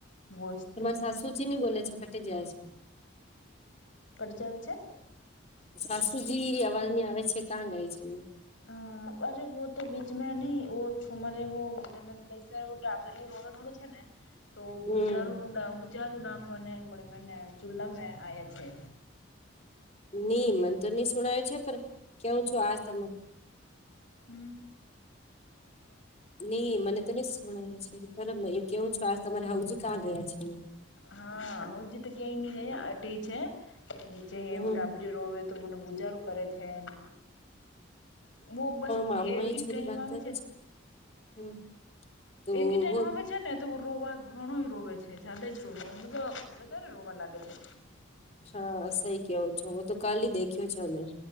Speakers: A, on the left (about 70°); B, on the left (about 30°).
A: વોઈસ
B: તમારે
A: તો
B: સાસુ તું ચી ની બોલે છે કટે ગયા સે.
A: કટ જાવે છે?
B: સાસુજી અવાજ ની આવે છે કા ગઈ છે?
A: અ અરે વો તો બીચમાં નહીં વો છુમાર વો નણંદ દઈ જાય વો ટાબરિયું રોવે રોવે છે ને. તો
B: હમ
A: બુજારો ડા બુજારું નાખવાને મને મેને ચુલા મે આયા છે.
B: ની મંત તો ની સુણાય્યું છે પર કેવું છું આ સમય
A: હમ
B: ની મને તો ની હમ છે બરાબર કેવું છું આજ તમારે હાઉજી કાં ગયા છે?
A: હા હઉજી તો ક્યાંય ની ગયા અટે છે નીચે હે
B: હમ
A: વો ટાબ પ ર તો મને બુજાર કરે છે, ને બહ બસ
B: મામાની
A: એકી
B: છોરી
A: ટાઈમ
B: વાત
A: આવે
B: કરે
A: છે ને.
B: હમ. તો
A: એકી ટાઈમ
B: વો
A: હ છે ને તો રોવા ઘણો રોવે છે જદા રોવા મતલબ વધારે રોવા લાગે છે.
B: હા સહી કયો છો. વો તો કાલી દેખ્યો છે ને.